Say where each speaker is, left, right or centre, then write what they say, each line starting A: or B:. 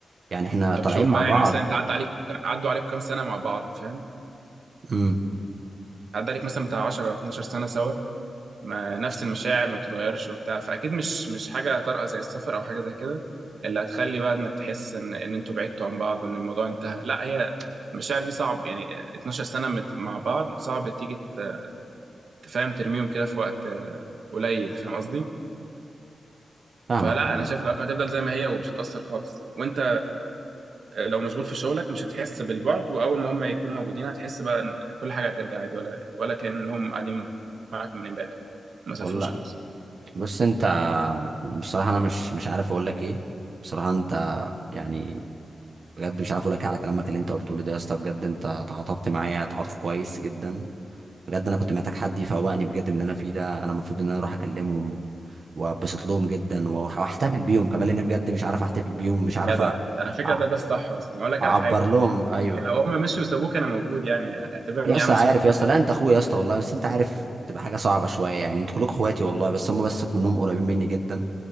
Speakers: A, on the right; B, on the right.
A: يعني احنا
B: طب
A: طالعين
B: شوف
A: مع
B: بقى
A: بعض
B: يعني مثلا انت عدى عليك عدوا عليك كام سنه مع بعض فاهم
A: امم
B: عدى عليك مثلا بتاع 10 12 سنه سوا ما نفس المشاعر ما بتتغيرش وبتاع فاكيد مش مش حاجه طارئه زي السفر او حاجه زي كده اللي هتخلي بقى انك تحس ان ان انتوا بعدتوا عن بعض وان الموضوع انتهى لا هي المشاعر دي صعب يعني 12 سنه مت- مع بعض صعب تيجي ت- تفهم ترميهم كده في وقت آه، قليل فاهم قصدي
A: فاهمك
B: فلا
A: والله
B: انا شايف العلاقه هتفضل زي ما هي ومش هتاثر خالص وانت آه، لو مشغول في شغلك مش هتحس بالبعد واول ما هم يكونوا موجودين هتحس بقى ان كل حاجه هترجع عادي ولا ولا كانهم قاعدين معاك من امبارح ما سافروش
A: والله
B: خالص
A: بص انت بصراحه انا مش مش عارف اقول لك ايه بصراحه انت يعني بجد مش عارف اقول لك ايه على كلامك اللي انت قلته لي ده يا اسطى بجد انت تعاطفت معايا تعاطف كويس جدا بجد انا كنت محتاج حد يفوقني بجد من اللي انا فيه ده انا المفروض ان انا اروح اكلمهم وابسط لهم جدا وأح- واحتفل بيهم كمان لان بجد مش عارف احتفل بيهم مش عارف
B: جدع
A: أ-
B: على فكرة
A: أع-
B: ده ده الصح أصلا أقول لك
A: اعبر
B: على حاجة يا
A: لهم
B: جدع
A: ايوه
B: لو هم مشوا وسابوك أنا موجود يعني اعتبرني
A: يا اسطى
B: يا عم
A: عارف
B: صاحبك
A: يا
B: التاني
A: اسطى لا انت اخويا يا اسطى والله بس انت عارف تبقى حاجه صعبه شويه يعني انتوا كلكم اخواتي والله بس هم بس منهم قريبين مني جدا